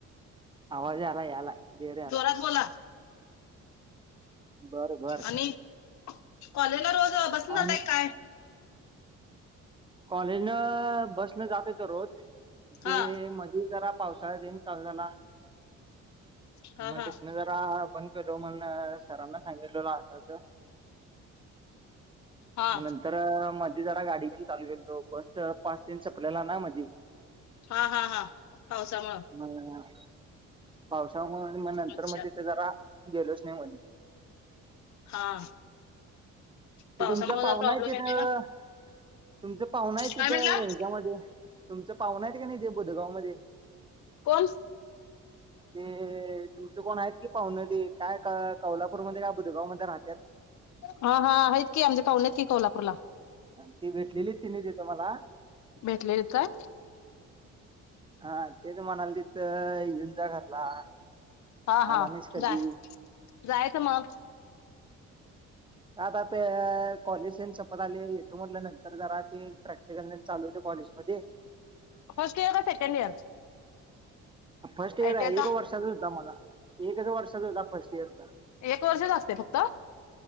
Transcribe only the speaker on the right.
आवाज याला याला. क्लिअर याला
बर बर
आणि
कॉलेज न बसन जात होतो रोज
ते म जरा पावसाळा दिन चल झाला
मग
तथन जरा बंद केलो म्हण सरांना सांगितलेला आताच
नंतर माझ जरा गाडी घून चालू केलो बस पास टेन संपलेल्यांना मधी
मग पावसाळ्यामुळे आणि नंतर
म तिथे जरा गेलोच नाही म्हण-
ते
तुमचा पाहुना
आहे तिथं.
तुमचा पाहुना आहे तिथ
ह्याच्यामध्ये. तुमचा पाहुणा का नाही ते इथे बुधगाव मध्ये.
ते तुमच कोण आहेत कि पाव्हणं ते. काय कोल्हापूरमध्ये काय बुधगाव मध्ये राहत्यात.
ते भेटलेलेत तिन्ही तिथे मला.
हा. तेच म्हणाल तिथं येऊन जा घरला.
आला नाहीस कधी
आता ते कॉलेजन सम्पत आले. येतो म्हटल नंतर जरा ते प्रॅक्टिकल चालू होते कॉलेजमध्ये. ते-
फर्स्ट इयर
आहे. एका वर्षाचा होता माझा. एकच वर्षाचा होता फर्स्ट इयरचा.